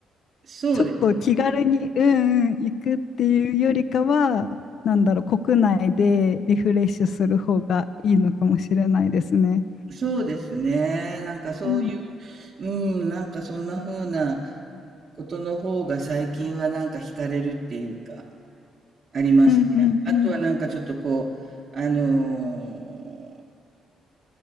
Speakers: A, on the right; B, on the left.
A: そうです。
B: ちょっと気軽にうんうん行くっていうよりかはなんだろう国内でリフレッシュする方がいいのかもしれないですね。
A: そうですね。なんかそういう、
B: うん
A: うん、なんかそんな風なことの方が最近はなんか惹かれるっていうか。ありますね。
B: うんうん
A: あとはなんかちょっとこう、あのー